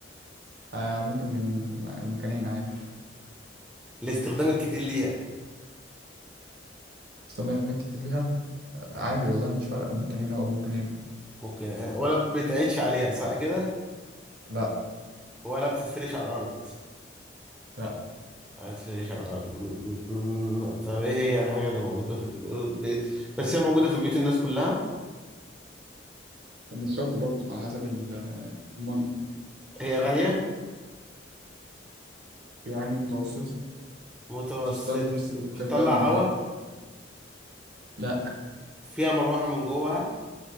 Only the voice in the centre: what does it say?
الاستخدام الكتير ليها
ممكن آه، ولا بتعيدش عليها صح كده
ولا بتتفرش على الأرض
ما بتتفرش على الأرض م- م- م- طب إيه هي الحاجة اللي موجودة في البيت بس هي موجودة في بيوت الناس كلها
هي غالية
متوسطة
بتطلع
هوا
فيها مروحة من جوه